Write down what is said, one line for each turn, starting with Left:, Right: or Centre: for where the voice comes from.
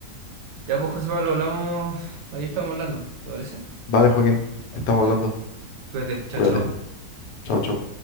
Right: Ya pues José Pablo, hablamos, ahí estamos hablando, ¿te parece?
Left: Vale, Joaquín, estamos
Right: Ya,
Left: hablando.
Right: cuídate, chao,
Left: Cuídate.
Right: chao.
Left: Chao, chao.